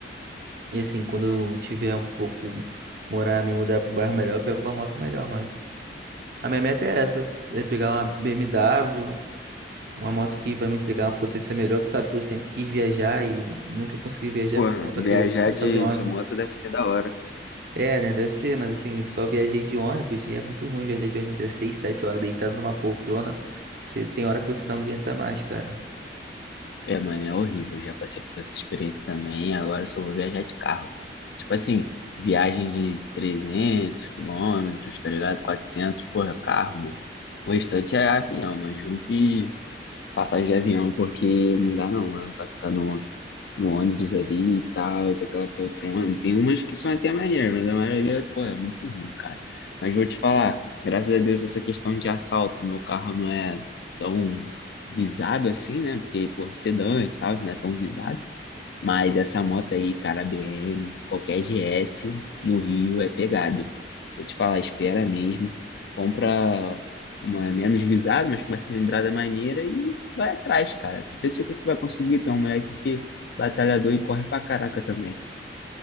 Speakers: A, on the right (about 60°); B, on the left (about 65°).
A: E assim, quando eu tiver um pouco, morar, me mudar pro bairro melhor, eu pego uma moto melhor, mas a minha meta é essa, é pegar uma BMW, Uma moto que vai me entregar uma potência melhor. Tu sabe que eu sempre quis viajar e nunca consegui viajar
B: Pô,
A: por conta
B: viajar
A: que eu é só
B: de,
A: de ônibus.
B: de moto deve ser da hora.
A: É, né? Deve ser, mas assim, só viajei de ônibus e é muito ruim viajar de ônibus. É seis, sete horas deitado numa poltrona. Você tem hora que você não aguenta mais, cara.
B: É, mano, é horrível. Já passei por essa experiência também. Agora eu só vou viajar de carro. Tipo assim, viagem de 300 quilômetros, tá ligado? quatrocentos. porra, carro, mano. O restante é avião, mano. Junto e passagem de avião, porque não dá não, mano. Pra ficar numa, no ônibus ali e tal, aquela poltrona. Tem umas que são até maneiras, mas a maioria, pô, é muito ruim, cara. Mas vou te falar, graças a Deus essa questão de assalto, meu carro não é tão visado assim, né? Porque, pô, sedã e tal, não é tão visado. Mas essa moto aí, cara, BM, qualquer GS no Rio é pegado. Vou te falar, espera mesmo. Compra uma menos visada, mas com uma cilindrada maneira e vai atrás, cara. Tenho certeza que tu vai conseguir. Tem um moleque que é batalhador e corre pra caraca também.